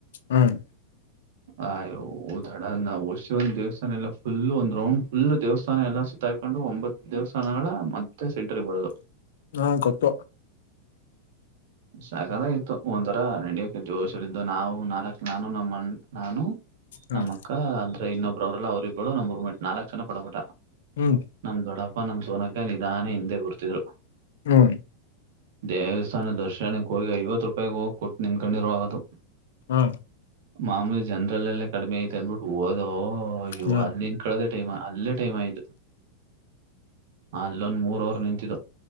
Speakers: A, on the left; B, on the right.
A: ಹ್ಮ್
B: <unintelligible> ನಾವು ವಸಿ ಒಂದ್ ದೇವಸ್ಥಾನ ಎಲ್ಲ ಫುಲ್ ಒಂದ್ ರೌಂಡ್ ಫುಲ್ ದೇವಸ್ಥಾನ ಎಲ್ಲ ಸುತ್ತಾಕೊಂಡು ಒಂಬತ್ತು ದೇವಸ್ಥಾನಗಳ ಮತ್ತೆ ಸೆಂಟ್ರ ಬರದು
A: ಹಾ ಗೊತ್ತು
B: ಸಕ್ಕತಾಗಿತ್ತು ಒಂಥರ ನಡಿಯಕ್ಕೆ ಜೋಶಗಳಿದ್ದು ನಾವು ನಾಲ್ಕ ನಾನು ನಮ್ಮ ನಾನು
A: ಹ್ಮ್
B: ನಮ್ಮಕ್ಕ ಅಂದ್ರೆ ಇನ್ನೊಬ್ ಅವ್ರಲ್ಲ ಅವ್ರಿಗೆಬ್ಳ ನಮ ನಾಲ್ಕ್ ಜನ ಪಡಬಟ
A: ಹ್ಮ್
B: ನಮ ದೊಡ ಅಪ್ಪಾ ನಮ್ ಸೋನಕಲ ನಿಧಾನೆ ಹಿಂದೆ ಬರ್ತಿದ್ರು
A: ಹ್ಮ್
B: <unintelligible> ಸನಾ ದರ್ಶನಕ್ಕೆ ಹೋಗಿ ಐವತ್ತು ರೂಪಾಯಿಗೆ ಹೋಗಿ ಕೊಟ್ಟು ನಿನ್ಕೊಂಡಿರೋ ಅದು.
A: ಹಾ.
B: ಮಾಮೂಲಿ ಜನರಲ್ ಎಲೆ. ಕಡಿಮೆ ಐತೆ ಅಂದ್ಬಿಟ್ಟು ಹಓದೋ ಇ
A: ಹ್ಮ್
B: ಅದನ್ ಕಳದ್ರ. ಟೈಮ ನಲ್ಲ ಟೈಮ ಆಯು. ಅಲ್ಲೊನ್ ಮೂರ ಓವರ್ ನಿಂತಿದು.